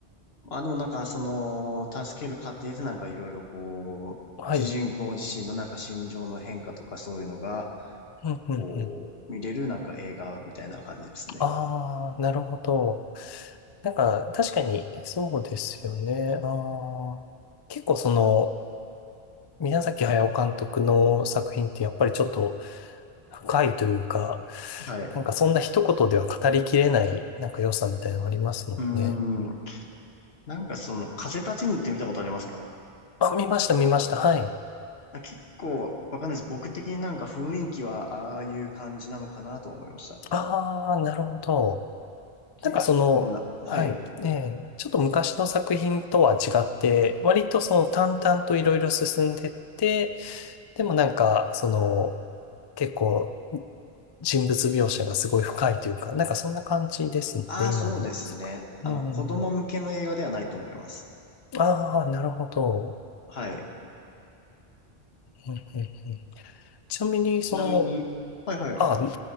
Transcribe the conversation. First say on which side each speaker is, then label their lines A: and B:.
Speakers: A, on the left (about 75°); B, on the left (about 45°).
A: まあでもなんかその、助ける過程でなんかいろいろこう、
B: はい。
A: 主人公自身のなんか心情の変化とかそういうのが、
B: うん、うん、
A: こう、
B: うん。
A: 見れるなんか映画みたいな感じですね。
B: ああ、なるほど。なんか、確かに、そうですよね。あー結構その、宮崎駿監督の作品ってやっぱりちょっと深いというか、
A: はい。
B: なんかそんな一言では語りきれない、なんか良さみたいなのありますもんね。
A: うーん。なんかその、風立ちぬって見たことありますか
B: あ、見ました、見ました。はい。
A: なんか結構、わかんないです。僕的になんか雰囲気は、ああいう感じなのかなと思いました。
B: ああ、なるほど。
A: 結構な、
B: なんかその、
A: はい。
B: はい。ええ、ちょっと昔の作品とは違って、割とその淡々といろいろ進んでって、でもなんか、その、結構、人物描写がすごい深いというか、なんかそんな感じですね、
A: ああ、
B: 今の作品。
A: そうですね。あの、
B: うんうんうん。
A: 子供向けの映画ではないと思います。
B: ああ、なるほど。
A: はい。
B: うんうんうん、ちなみに、その、
A: ちなみに、はいはい。
B: ああ、い